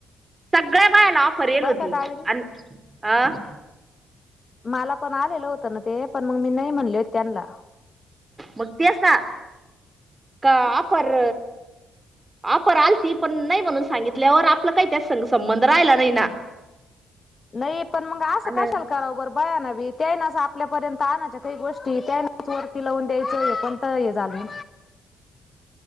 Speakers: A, on the right (about 20°); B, on the left (about 35°).
A: सगळ्या बायाला ऑफर येयेल
B: बरं
A: होती,
B: का कावेरी
A: अन अ
B: मला पण आलेलं होतं ना ते पण मग मी नाही म्हणले होते त्यांनला
A: मग तेच ना, का ऑफर. ऑफर आलती, पण नाही म्हणून सांगितल्यावर आपला काही त्याच संग संबंध राहिला नाही ना.
B: नाही पण मग असं
A: आणि
B: कशाल कराव बर बायानी बी त्यानंच आपल्यापर्यंत आणायच्या काही गोष्टी त्यांनंच वरती लावून द्यायचं हे पण त हे झालय